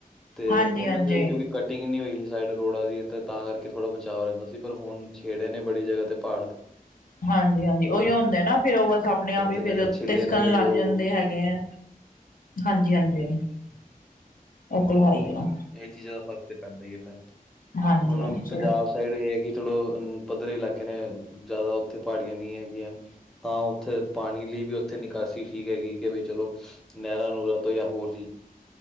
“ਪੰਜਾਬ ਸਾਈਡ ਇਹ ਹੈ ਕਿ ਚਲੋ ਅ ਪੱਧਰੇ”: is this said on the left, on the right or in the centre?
Centre